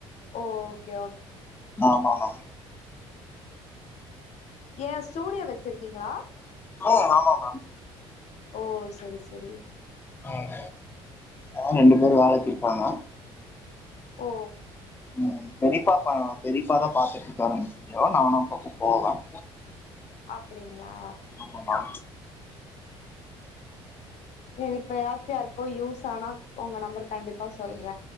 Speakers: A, on the left (about 60°); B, on the left (about 15°).
A: ஓ ஓகே ஓ
B: மா ஆமாமா
A: ஏ ஸ்டூடியோ வச்சிருக்கீங்களா
B: ம் ஆமாமா
A: ஓ செரி செரி
B: ம் ஆனா ரெண்டு பேர் வேலைக்கு இருக்காங்க
A: ஓ
B: ம் பெறிப்பா பா பெறிப்பாதா பாத்துட்ருக்காரு அந்த ஸ்டுடியோ நானு அப்பப்போ போவேன்
A: அப்டிங்களா
B: ஆமாம் மேம்
A: இப்ப யாச்சு யாருக்கோ யூஸ் ஆனா உங்க நம்பர் கண்டிப்பா சொல்ற